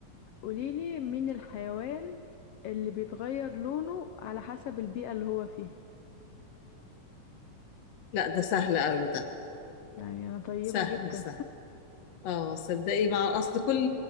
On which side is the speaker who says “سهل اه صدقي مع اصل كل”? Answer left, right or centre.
Left